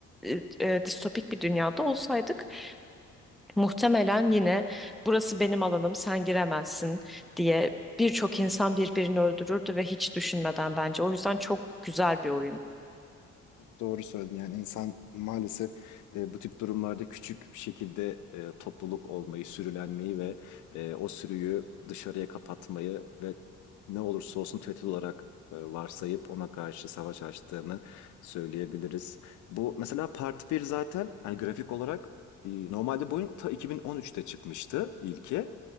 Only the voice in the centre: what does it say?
e, e, distopik bir dünyada olsaydık muhtemelen yine burası benim alanım sen giremezsin diye birçok insan birbirini öldürürdü ve hiç düşünmeden bence. O yüzden çok güzel bir oyun.